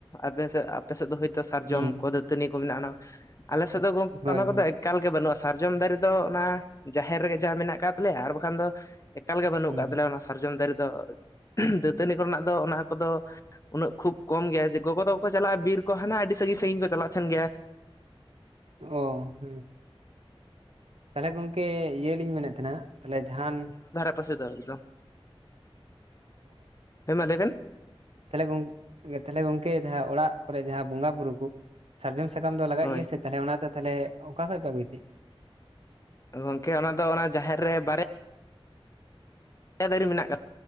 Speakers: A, on the left; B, on the right.
A: ᱟᱵᱮ ᱥᱮᱫ ᱟᱯᱮ ᱥᱮᱫ ᱫᱚ ᱦᱚᱭᱛᱚ ᱥᱟᱨᱡᱚᱢ
B: ᱦᱩᱸ
A: ᱠᱚᱫᱚ ᱛᱟᱹᱱᱤ ᱠᱚ ᱢᱮᱱᱟᱜᱼᱟ ᱚᱱᱟ, ᱟᱞᱮ ᱥᱮᱫ ᱫᱚ ᱜᱚᱝᱠᱮ
B: ᱦᱳᱭ
A: ᱚᱱᱟ ᱠᱚᱫᱚ
B: ᱦᱳᱭ
A: ᱮᱠᱟᱞ ᱜᱮ ᱵᱟᱹᱱᱩᱜᱼᱟ ᱥᱟᱨᱡᱚᱢ ᱫᱟᱨᱮ ᱫᱚ ᱚᱱᱟ ᱡᱟᱦᱮᱨ ᱨᱮᱜᱮ ᱡᱟ ᱢᱮᱱᱟᱜ ᱟᱠᱟᱫ ᱛᱟᱞᱮᱭᱟ ᱟᱨ ᱵᱟᱠᱷᱟᱱ ᱫᱚ, ᱮᱠᱟᱞ ᱜᱮ ᱵᱟᱹᱱᱩᱜ
B: ᱦᱩᱸ
A: ᱟᱠᱟᱫ ᱛᱟᱞᱮᱭᱟ ᱚᱱᱟ ᱾ ᱥᱟᱨᱡᱚᱢ ᱫᱟᱨᱮ ᱫᱚ <unintelligible> ᱫᱟᱹᱛᱟᱹᱱᱤ ᱠᱚᱨᱮ ᱱᱟᱜ ᱫᱚ ᱚᱱᱟ ᱠᱚᱫᱚᱼᱼ ᱩᱱᱟᱹᱜ ᱠᱷᱩᱵᱽ ᱠᱚᱢ ᱜᱮᱭᱟ ᱡᱮ ᱜᱚᱜᱚ ᱛᱟᱠᱚ ᱪᱟᱞᱟᱜᱼᱟ ᱵᱤᱨ ᱠᱚ ᱦᱟᱱᱟ ᱟᱹᱰᱤ ᱥᱟᱺᱜᱤᱧ ᱥᱟᱺᱜᱤᱧ ᱠᱚ ᱪᱟᱞᱟᱜ ᱛᱟᱸᱦᱮᱱ ᱜᱮᱭᱟ ᱾
B: ᱚ ᱦᱮᱸ ᱾ ᱛᱟᱦᱚᱞᱮ ᱜᱚᱝᱠᱮ ᱤᱭᱟᱹ ᱞᱤᱧ ᱢᱮᱱᱮᱫ ᱛᱟᱸᱦᱮᱱᱟ, ᱛᱟᱦᱚᱞᱮ ᱡᱟᱦᱟᱱᱼᱼ
A: ᱟᱯᱮ ᱥᱮᱫ ᱫᱚ ᱮᱠᱫᱚᱢ, ᱦᱮᱸ ᱢᱟ ᱞᱟᱹᱭ ᱵᱮᱱ ᱾
B: ᱛᱟᱦᱞᱮ ᱜᱚᱝ, ᱛᱟᱦᱞᱮ ᱜᱚᱝᱠᱮ ᱡᱟᱦᱟᱸ ᱚᱲᱟᱜ ᱠᱚᱨᱮ ᱡᱟᱦᱟᱸ ᱵᱚᱸᱜᱟ ᱵᱩᱨᱩ ᱠᱚᱼᱼ ᱥᱟᱨᱡᱚᱢ ᱥᱟᱠᱟᱢ ᱫᱚ ᱞᱟᱜᱟᱜ
A: ᱦᱳᱭ
B: ᱜᱮᱭᱟ ᱥᱮ ᱛᱟᱦᱚᱞᱮ ᱚᱱᱟ ᱫᱚ ᱛᱟᱦᱚᱞᱮ ᱚᱠᱟ ᱠᱷᱚᱡ ᱯᱮ ᱟᱹᱜᱩᱭ ᱛᱮ?
A: ᱜᱚᱝᱠᱮ ᱚᱱᱟ ᱫᱚ ᱚᱱᱟ ᱡᱟᱦᱮᱨ ᱨᱮ ᱵᱟᱨᱭᱟᱼᱼ ᱯᱮᱭᱟ ᱫᱟᱨᱮ ᱢᱮᱱᱟᱜ ᱟᱠᱟᱫ